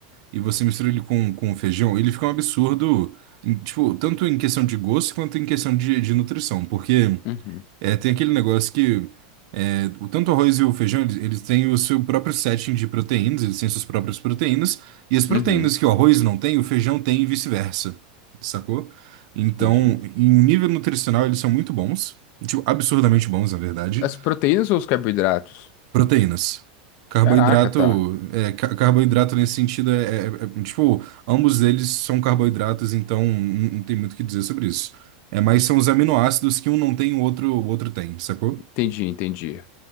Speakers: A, on the right; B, on the left.
A: e você mistura ele com, com feijão, ele fica um absurdo, em- tipo, tanto em questão de gosto quanto em questão de, de nutrição, porque
B: uhum,
A: é, tem aquele negócio que é, o tanto o arroz e o feijão, eles, eles têm o seu próprio setting de proteínas, eles têm suas próprias proteínas, e as proteínas
B: uhum.
A: que o arroz não tem, o feijão tem e vice-versa, sacou? Então,
B: Entendi.
A: em um nível nutricional, eles são muito bons, tipo, absurdamente bons, na verdade.
B: As proteínas ou os carboidratos?
A: Proteínas. Carboidrato,
B: Caraca, tá.
A: é, ca- carboidrato nesse sentido é, é- é- tipo, ambos eles são carboidratos, então não, não tem muito o que dizer sobre isso. É, mas são os aminoácidos que um não tem, o outro, o outro tem, sacou?
B: Entendi, entendi.